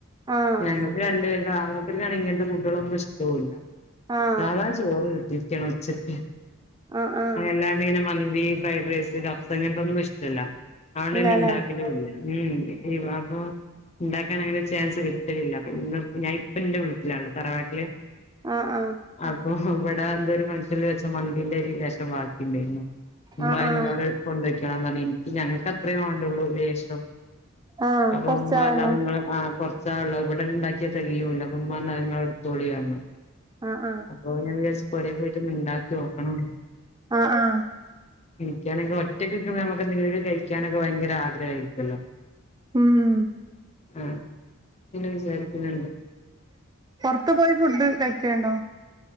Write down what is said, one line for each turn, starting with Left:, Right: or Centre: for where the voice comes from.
Right: ആഹ്
Left: ഞങ്ങൾക്ക് രണ്ടുപേർക്ക് മൂപ്പര്ക്കാണെങ്കി ഇങ്ങനത്തെ ഫുഡ്കളൊന്നും ഇഷ് ട്ടൂല്ല
Right: ആഹ്
Left: സാധാ ചോറ് കിട്ടിരിയിരിക്കണം ഉച്ചയ്ക്ക്
Right: ആഹ് ആഹ്
Left: <unintelligible> മന്തി ഫ്രൈഡ് റൈസ് കബ്സ ഇങ്ങനത്തെൊന്നും ഇഷ്ട്ടുല്ല അതൊണ്ടൊന്നും
Right: ഇല്ലല്ലേ
Left: ഇ ണ്ടാക്കലൂല്ല ഉം വിവാഹോ? ഇ ണ്ടാക്കാൻ അങ്ങനെ ചാൻസ് കിട്ട് ഇല്ല ഇന്ന് ഞാൻ ഇപ്പ ഇന്റെ വീട്ടിലാണ് തറവാട്ടില്
Right: ആഹ് ആഹ്.
Left: അപ്പൊ ഇവിടെ എന്തോ ഒരു ഫംഗ്ഷനിൽ വെച്ച മന്തീന്റെ അരി ലേശം ബാക്കിയിണ്ടായിരുന്നു. ഉമ്മ
Right: ആഹ്
Left: അത്
Right: ആഹ്
Left: ഇ ന്നോട് കൊണ്ടോയ്ക്കോളാൻ പറഞ്ഞു എനിയ്ക്ക് ഞങ്ങൾക്ക് അത്രേം വേണ്ടൊള്ളൂ ലേശം.
Right: ആഹ്
Left: അപ്പം
Right: കൊറച്ചാളല്ലോ
Left: ഉമ്മ പറഞ്ഞു അത് നിങ്ങള് ആഹ് കൊറച്ചാ ഉള്ളത് ഇവിടെ ഉണ്ടാക്കിയ തികയൂല്ല അപ്പെ ഉമ്മാ പറഞ്ഞു അത് നിങ്ങള് എടുത്തോളീ പറഞ്ഞു.
Right: ആഹ് ആഹ്
Left: അപ്പൊ ഞാൻ വിചാരിച്ചു പൊരേ പോയിട്ടൊന്ന് ഇ ണ്ടാക്കി നോക്കണം
Right: ആഹ് ആഹ്
Left: ഇ നിക്കാണെങ്കി ഒറ്റയ്ക്ക് നിക്കുമ്പേ നമുക്ക് എന്തെങ്കിലുമൊക്കെ കഴിക്കാനൊക്കെ ഭയങ്കര ആഗ്രഹായിരി ക്കല്ലോ
Right: ഉം ഉം
Left: ആഹ് ഇങ്ങനെ വിചാരിക്ക്ണ്ട്.
Right: പൊറത്തു പോയി ഫുഡ് കഴിക്കലുണ്ടോ?